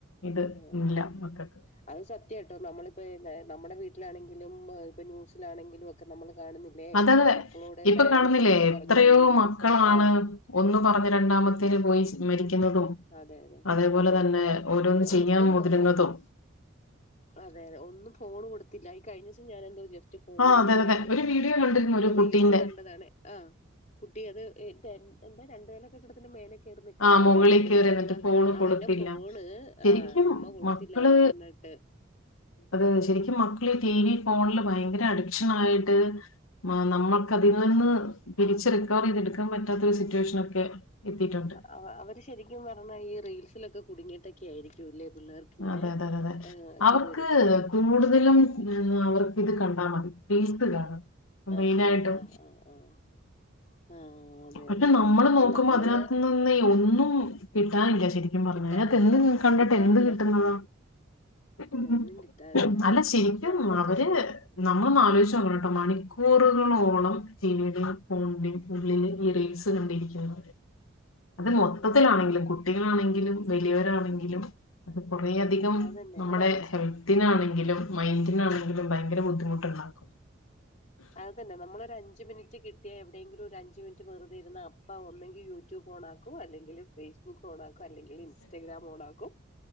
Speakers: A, on the left; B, on the left.
A: ഇത്
B: ആഹ്
A: ഇല്ല മക്കൾക്ക്
B: അത് സത്യ കേട്ടോ നമ്മളിപ്പോ നമ്മുടെ വീട്ടിലാണെങ്കിലും ഇപ്പൊ ന്യൂസിലാണെങ്കിലും ഒക്കെ നമ്മൾ കാണുന്നി ല്ലെ
A: അതതെ
B: മക്കളോട്
A: ഇപ്പൊ
B: പോരൻറ്സ്
A: കാണുന്നില്ലേ
B: എന്തോ
A: എത്രയോ
B: പറഞ്ഞു ഒന്നെങ്കിൽ ഒരു
A: മക്കളാണ്
B: ഫോ ആ
A: ഒന്ന് പറഞ്ഞ് രണ്ടാമത്തിേൽ പോയി മരിക്കുന്നതും
B: അതെ അതെ
A: അതേപോലെ
B: അതെ
A: തന്നെ
B: അതെ
A: ഓരോന്ന്
B: ഒന്ന്
A: ചെയ്യാൻ മുതിരുന്നതും
B: ഒന്ന് അതെ അതെ ഒന്നും ഫോൺ കൊടുത്തില്ല ഈ കഴിഞ്ഞ ദിവം ഞാനെ എന്തോ ജസ്റ്റ് ഫോണ്
A: ആ അതെ
B: ഇങ്ങനെ
A: അതെ ഒരു വീഡിയോ കണ്ടിരുന്നു ഒരു
B: റീൽസ്
A: കുട്ടീന്റെ
B: കണ്ടതാണ് ആഹ് കുട്ടി അത് എന്താ രണ്ട് നില കെട്ടിടത്തിന്റെ മേലേക്
A: ആ
B: ചാടാന
A: മുകളിൽ
B: അപ്പ ഞ
A: കയറി
B: ചോയ്ച്ച്
A: എന്നിട്ട്
B: എന്താ
A: ഫോണ്
B: അവന്റെ
A: കൊടുത്തില്ല
B: ഫോണ്
A: ശരിക്കും
B: ആ അമ്മ കൊടുത്തില്ലാന്നും
A: മക്കള്
B: പറഞ്ഞ് ണ്ട്
A: അത് ശരിക്കും മക്കള് ടി വി ഫോണില് ഭയങ്കര അഡിക്ഷൻ ആയിട്ട് നമ്മൾക്കതിൽ
B: ഉം
A: നിന്ന് തിരിച്ച് റിക്കവർ ചെയ്തെടുക്കാൻ പറ്റാത്ത ഒരു സിറ്റുവേഷൻ ഒക്കെ എത്തിയിട്ടുണ്ട്
B: അവ അവര് ശരിക്കും പറഞ്ഞാ ഈ റീൽസിലൊക്കെ കുടുങ്ങിയിട്ടൊക്കെ ആയിരിക്കും ഇല്ലേ പിള്ളേർക്ക് ഇങ്ങനെ
A: അതെ അതെതെ അതെ
B: ഏഹ് ഒക്കെ
A: അവർക്ക്
B: വരുന്നേ
A: കൂടുതലും
B: പക്ഷെ
A: അവർക്ക് ഇത് കണ്ടാ മതി <unintelligible> കാണും
B: ആഹ്
A: മെയിനായിട്ടും
B: ആഹ് ആഹ് ആഹ് ആഹ് അതെ
A: പക്ഷെ
B: അതെ അതെ
A: നമ്മള്
B: പക്ഷെ
A: നോക്കുമ്പോ
B: നമ്മള്
A: അതിനകത്ത്നിന്നെ ഒന്നും കിട്ടാനില്ല ശരിക്ക്‌ പറഞ്ഞ
B: കിട്ടാനില്ല
A: അതിനകത്ത് എന്ത് കണ്ടിട്ട്
B: കിട്ടാനില്ല
A: എന്ത് കിട്ടുന്നത ഉം
B: ഒന്നും കിട്ടാനില്ല
A: അല്ല ശരിക്കും
B: പക്ഷെ നമ്മക്കൊക്കെ
A: അവര് നമ്മൾ ഒന്ന് ആലോചിച്ച് നോക്കണം കേട്ടോ മണിക്കൂറുകളോളം ടി വി ടെയും ഫോണിന്റെയും ഉള്ളില് ഈ റീൽസ് കണ്ടിരിക്കുന്നത് അത് മൊത്തത്തിലാണെങ്കിലും
B: ഉം അത് നേരാ
A: കുട്ടികളാണെങ്കിലും വലിയവരാണെങ്കിലും അത് കുറേയധികം
B: അതന്നെ
A: നമ്മുടെ
B: ഒരു അഞ്ച്
A: ഹെൽത്തിനാണെങ്കിലും
B: അ
A: മൈന്റിനാണെങ്കിലും ഭയങ്കര ബുദ്ധിമുട്ടുണ്ടാക്കും
B: അത് തന്നെ നമ്മളൊരു അഞ്ച് മിനിറ്റ് കിട്ടിയാ എവിടെയങ്കിലും ഒരു അഞ്ച് മിനിറ്റ് വെറുതെയിരുന്ന അപ്പ ഒന്നെങ്കി യൂട്യൂബ് ഓണാക്കു ക്കുവോ അല്ലെങ്കില് ഫേസ്ബുക്ക് ഓൺ ആക്കും അല്ലെങ്കിൽ ഇൻസ്റ്റഗ്രാം ഓൺ ആക്കും